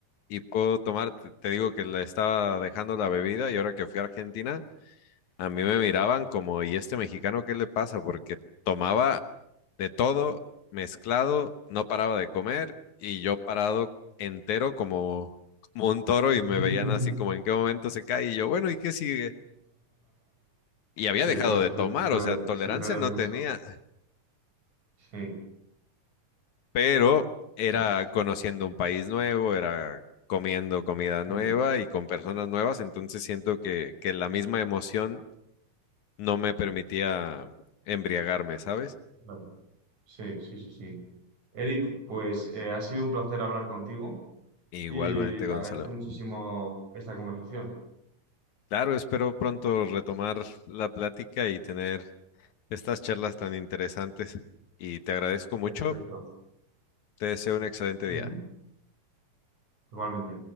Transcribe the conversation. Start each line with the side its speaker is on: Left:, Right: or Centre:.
Left: y puedo tomar, te te digo que le estaba dejando la bebida y ahora que fui a Argentina. A mí me miraban como, ¿y este mexicano qué le pasa? Porque tomaba de todo, mezclado, no paraba de comer y yo parado entero como, como un toro y me
Right: <laughs>
Left: veían así como en qué momento se cae y yo, bueno, ¿y qué sigue? Y había
Right: Sí,
Left: dejado
Right: eso,
Left: de
Right: eso
Left: tomar,
Right: sucede,
Left: o sea, tolerancia
Right: sucede
Left: no
Right: mucho.
Left: tenía,
Right: Sí.
Left: pero era
Right: Pues,
Left: conociendo un país nuevo, era comiendo comida nueva
Right: sí,
Left: y con personas nuevas, entonces siento que, que la misma emoción no me permitía embriagarme, ¿sabes?
Right: claro. Sí, sí, sí, sí. Eric, pues eh, ha sido un placer hablar contigo
Left: Igualmente,
Right: y te
Left: Gonzalo.
Right: agradezco muchísimo esta conversación.
Left: Claro, espero pronto retomar la plática y tener estas charlas tan interesantes. Y te agradezco mucho.
Right: Perfecto.
Left: Te deseo un excelente
Right: Ujú,
Left: día.
Right: Igualmente.